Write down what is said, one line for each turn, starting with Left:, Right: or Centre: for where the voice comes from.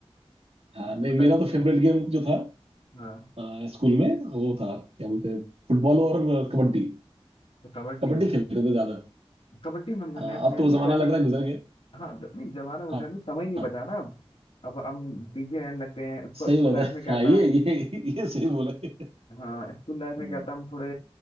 Right: हाँ
Left: हम्म,
Right: नहीं
Left: बताइए
Right: मेरा तो फेवरेट गेम जो था
Left: हाँ
Right: अ, स्कूल में वो था क्या बोलते हैं फुटबॉल और कबड्डी
Left: तो कबड्डी
Right: कबड्डी खेलते थे ज्यादा
Left: कबड्डी मैं, मैं,
Right: अ,
Left: मैं-
Right: अब
Left: मैंने
Right: तो वो
Left: भी खेला
Right: जमाना
Left: लेकिन
Right: लग रहा है गुजर गया
Left: हाँ जब नहीं जमाना गुजरा
Right: हाँ
Left: नहीं समय नहीं
Right: हाँ
Left: बचा ना अब अब हम बिजी रहने लग गए हैं उसको
Right: सही
Left: स्कूल
Right: बात
Left: लाइफ
Right: है
Left: में क्या
Right: हाँ ये
Left: था
Right: ये ये सही बोले
Left: हाँ स्कूल लाइफ में
Right: हम्म,
Left: क्या था हम थोड़े